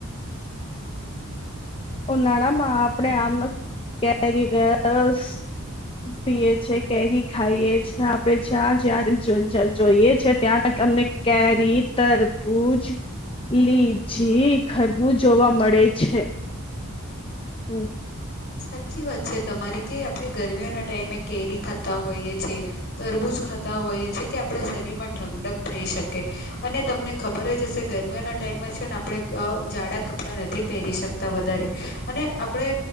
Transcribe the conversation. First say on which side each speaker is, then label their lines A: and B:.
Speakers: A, on the left (about 25°); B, on the left (about 50°).
A: ઉ નાળમાં આપડે આમનો કેરી રસ પીએ છે કેરી ખાઈએ છે આપડણે જ્યાં જ્યાં જ જોઈએ છે ત્યાં તમને કેરી, તરબૂજ. લીચી ખરબું જોવા મળે છે. હમ.
B: સાચી વાત છે તમારી કે આપણે ગરમીઓના ટાઈમે કેરી ખાતા હોઈએ છેએ તરબૂજ ખાતા હોઈએ છે કે આપણા શરીરમાં ઠંડક થઈ શકે અને તમને ખબર જ હશે ગરમીઓના ટાઈમમાં છે ને આપણે ઝાડાં કપડાં નથી પહેરી શકતા વધારે અને આપણે